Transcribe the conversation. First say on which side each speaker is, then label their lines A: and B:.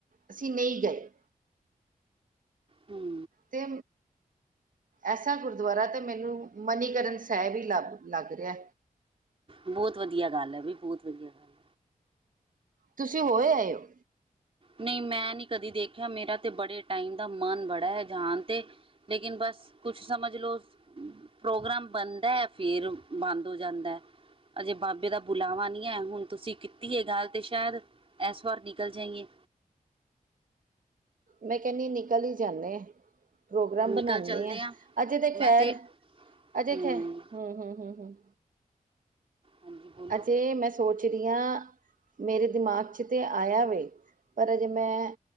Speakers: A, on the right; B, on the right.
A: ਅਸੀਂ ਨਈ ਗਏ।
B: ਹੂੰ।
A: ਤੇ ਐਸਾ ਕੁੁਰ ਦੁਆਰਾ ਤੇ ਮੈਨੂੰ ਮਨੀਕਰਨ ਸੇਹਬ ਈ ਲੱ ਲੱਗ ਰੇਆ।
B: ਬੋਤ ਵਧੀਆ ਗੱਲ ਐ ਬੀ ਬੋਤ ਵਧੀਆ ਗੱਲ। ਹੈ।
A: ਤੁਸੀਂ ਹੋਏ ਆਏ ਓ।
B: ਨਈ ਮੈਂ ਨੀ ਕਦੀ ਦੇਖਿਆ ਮੇਰਾ ਤੇ ਬੜੇ ਟਾਈਮ ਦਾ ਮਨ ਬੜਾ ਹੈ ਜਾਨ ਤੇ। ਲੇਕਿਨ ਬਸ ਕੁਛ ਸਮਝ ਲੋਓ। ਪ੍ਰੋਗਰਾਮ ਬਣਦਾ ਐ ਫੇਰ ਬੰਦ ਹੋ ਜਾਂਦਾ। ਅਜੇ ਬਾਬੇ ਦਾ ਬੁਲਾਵਾ ਨੀ ਆਏਆ ਹੁਣ ਤੁਸੀਂ ਕੀਤੀ ਏ ਗੱਲ ਤੇ ਸ਼ਾਇਦ ਐਸ ਵਾਰ ਨਿਕਲ ਜਾਈਏ।
A: ਮੈਂ ਕਹਿੰਨੀ ਆ ਨਿਕਲ ਈ ਜਾਂਨੇ ਆ। ਪ੍ਰੋਗਰਾਮ
B: ਨਿਕਲ
A: ਬਣਾਨੇ
B: ਚੱਲਦੇ
A: ਆ
B: ਹਾਂ
A: ਅਜੇ ਤਾਂ
B: ਮੈਂ
A: ਖੈਰ
B: ਤੇ
A: ਅਜੇ
B: ਹਮ
A: ਖੈਰ ਹੂੰ-ਹੂੰ-ਹੂੰ-ਹੂੰ।
B: ਹਾਂਜੀ ਬੋਲੋ
A: ਅਜੇ ਮੈਂ ਸੋਚ ਰਈ ਆ। ਮੇਰੇ ਦਿਮਾਗ 'ਚ ਤਾਂ ਆਇਆ ਵੇ ਪਰ ਅਜੇ ਮੈਂ